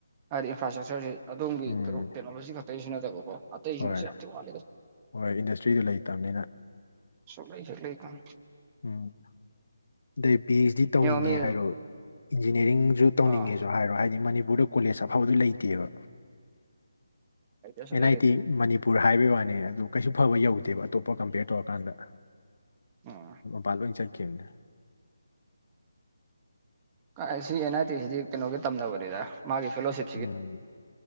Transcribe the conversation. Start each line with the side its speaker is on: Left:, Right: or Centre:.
Right: ꯍꯥꯏꯗꯤ ꯏꯟꯐ꯭ꯔꯥꯁ ꯁꯇ꯭ꯔꯛꯆꯔꯁꯤ ꯑꯗꯣꯝꯒꯤ
Left: ꯎꯝ
Right: ꯀꯩꯅꯣ ꯇꯦꯛꯅꯣꯂꯣꯖꯤ ꯈꯛꯇꯒꯤꯁꯨ ꯅꯠꯇꯕꯀꯣ ꯑꯇꯩꯁꯤꯡꯗꯁꯨ
Left: ꯍꯣꯏ
Right: ꯌꯥꯝ ꯊꯤꯟ ꯋꯥꯠꯂꯤꯗ
Left: ꯍꯣꯏ ꯏꯟꯗꯁꯇ꯭ꯔꯤꯗꯣ ꯂꯩꯇꯕꯅꯤꯅ
Right: ꯁꯨꯛ ꯂꯩꯥ ꯍ‌ꯦꯛ ꯂꯩꯇꯝ
Left: ꯎꯝ ꯑꯗꯩ ꯕꯤ ꯑꯩꯆ ꯗꯤ ꯇꯧꯅꯤꯡꯉꯦ
Right: ꯌꯦꯡꯉꯣ ꯃꯤ
Left: ꯍꯥꯏꯔꯣ ꯏꯟꯖꯤꯅꯤꯌꯥꯔꯤꯡꯁꯨ ꯇꯧꯅꯤꯡꯉꯦꯁꯨ
Right: ꯑꯥ
Left: ꯍꯥꯏꯔꯣ ꯍꯥꯏꯗꯤ ꯃꯅꯤꯄꯨꯔꯗ ꯀꯣꯂꯦꯖ ꯑꯐꯕꯗꯨ ꯂꯩꯇꯦꯕ
Right: ꯂꯩꯇꯦ ꯁꯨꯛꯂꯩ
Left: ꯑꯦꯟ ꯑꯥꯏ
Right: ꯂꯩꯇꯦ
Left: ꯇꯤ ꯃꯅꯤ ꯄꯨꯔ ꯍꯥꯏꯕꯩ ꯋꯥꯅꯤ ꯑꯗꯨ ꯀꯩꯁꯨ ꯐꯕ ꯌꯧꯗꯦꯕ ꯑꯇꯣꯞꯄ ꯀꯝꯄꯦꯌꯔ ꯇꯧꯔꯀꯥꯟꯗ
Right: ꯎꯝ
Left: ꯄꯜꯂꯣꯏ ꯆꯠꯀꯤꯈꯤꯕꯅꯦ
Right: ꯀꯥꯏ ꯁꯤ ꯑꯦꯟ ꯑꯥꯏ ꯇꯤ ꯁꯤꯗꯤ ꯀꯩꯅꯣꯒꯤ ꯇꯝꯅꯕꯅꯤꯗ ꯃꯥꯒꯤ ꯐꯦꯂꯣꯁꯤꯞ
Left: ꯎꯝ